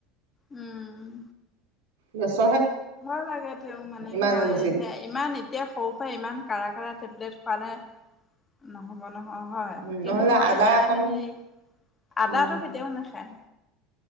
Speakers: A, on the left (about 20°); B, on the right (about 85°).
A: উ'ম।
B: গেছ
A: ভয় লাগে তেওঁ মানে,
B: ইমাৰ্জেঞ্চিত।
A: হয় সে ইমান এতিয়া সৰু পৰা ইমান কাঢ়া কাঢ়া টেবলেট পালে নহ'ব। নহ হয়,
B: উম নহ'লে
A: কিন্তু মই
B: আদা
A: তাই
B: অকণ
A: মানে এই আদাটো
B: উম
A: কেতিয়াও নাখায়।